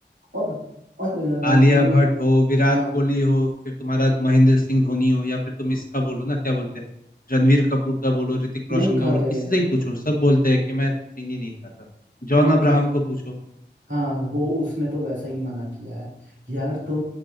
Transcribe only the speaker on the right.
और और
अ, ये
हाँ
नहीं
खाते
हैं
नहीं
खाते
हाँ वो उसने तो वैसा ही मना किया है यार तो